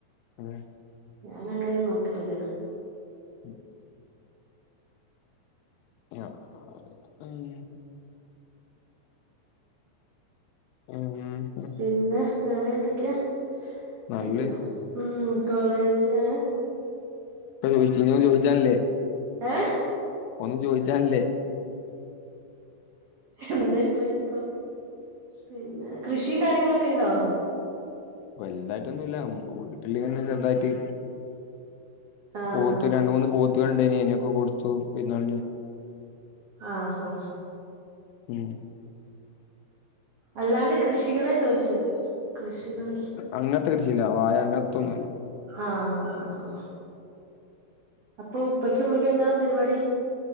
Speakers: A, on the left; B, on the right.
A: ആഹ്
B: ഞാനങ്ങനെയും നോക്കലില്ല
A: ഉം ആഹ് ഉം ഉം
B: പിന്ന വേറെ എന്തൊക്കെയാ
A: നല്ല
B: പിന്നെ ഉം കോളേജ്
A: ചോയ്ച്ച് <unintelligible> ചോയിച്ചാലല്ലെ
B: ആഹ്
A: ഒന്നും ചോയിച്ചാലല്ലെ
B: എന്താ ഇപ്പ ഇനിയിപ്പൊ പിന്ന കൃഷീം കാര്യങ്ങളൊക്ക ഇണ്ടൊ
A: വൽതായിട്ടൊന്നുല്ല വീട്ടില്ങ്ങനെ ചെറ്തായിട്ട്
B: ആഹ്
A: പോത്ത്
B: ആഹ്
A: രണ്ട് മൂന്ന് പോത്ത്കൾ ഇണ്ടായിന് അയിനൊക്ക കൊട് ത്തു പെരുന്നാൾന്
B: ആഹ് ആഹ്
A: ഉം
B: അല്ലാണ്ട് കൃഷികളെ ചോയിച്ചത് കൃഷികളില്ലേ
A: അങ്ങത്തെ കൃഷിയില്ല വാഴ അങ്ങത്തൊന്നുല്ല
B: ആഹ് ആഹ് ആഹ് അപ്പൊ ഉപ്പക്കും ഉമ്മക്കും എന്താ പരുപാടി